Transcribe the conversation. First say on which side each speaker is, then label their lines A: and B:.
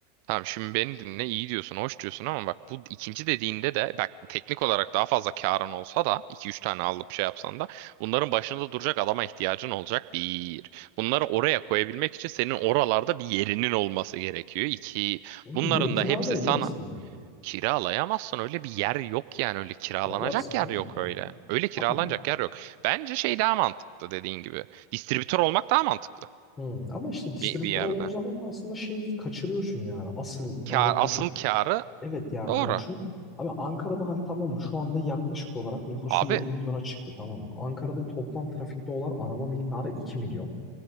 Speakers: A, on the right; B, on the left.
A: Tamam şimdi beni dinle iyi diyorsun, hoş diyorsun ama bak bu ikinci dediğinde de bak teknik olarak daha fazla karın olsa da iki üç tane alıp şey yapsan da bunların başında duracak adama ihtiyacın olacak bir. Bunları oraya koyabilmek için senin oralarda bir yerinin olması gerekiyor. İki.
B: Oğlum
A: Bunların
B: Bir yeri kiralayabilirsin
A: da hepsi sana
B: yani.
A: kiralayamazsın öyle bir yer yok yani öyle kiralanacak
B: Kiralarsın
A: yer
B: canım
A: yok
B: ya.
A: öyle. Öyle kiralanacak
B: Abi
A: yer yok. Bence şey daha mantıklı dediğin gibi. Distribütör olmak daha mantıklı
B: hı, ama işte distribütör
A: bir, bir yerde.
B: olduğun zaman da aslında şey kaçırıyorsun yani. Asıl maliyet
A: Kar,
B: kaçıyor.
A: asıl karı
B: Evet yani
A: Doğru.
B: hani çünkü abi Ankara'da hani tamam mı şu anda yaklaşık olarak nüfusu
A: Abi
B: 7 milyona çıktı tamam mı? Ankara'da toplam trafikte olan araba miktarı 2 milyon.